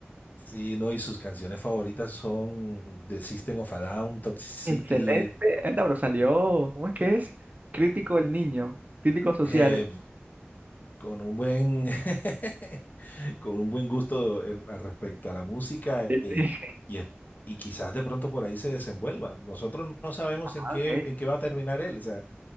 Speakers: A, on the left; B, on the right.
A: sí, no, y sus canciones favoritas son The System of a Down, Toxicity,
B: Excelente. Anda, pero salió, ¿cómo es que es? Crítico el niño, crítico social.
A: eh, con un buen <laughs> con un buen gusto en- al respecto a la música
B: Sí,
A: y,
B: sí. <laughs>
A: y, es- y quizás de pronto por ahí se desenvuelva. Nosotros no sabemos
B: Ah,
A: en qué,
B: ok.
A: en qué va a terminar él. O sea,